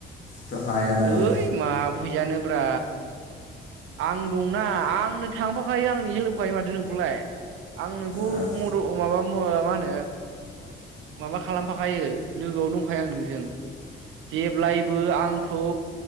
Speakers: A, on the left; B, on the right.
A: थ' हायाना आङो
B: ओइ मा फैजानोब्रा आं दंना आंनो थांफाखायो आंनो हेल्प होखायो माथो नोंखौलाय आं नोंखौ
A: हाब
B: मदद माबा मा होनो माबा खालामफाखायो लोगोआव दंखायो आं नोंजों जेब्लायबो आंखौ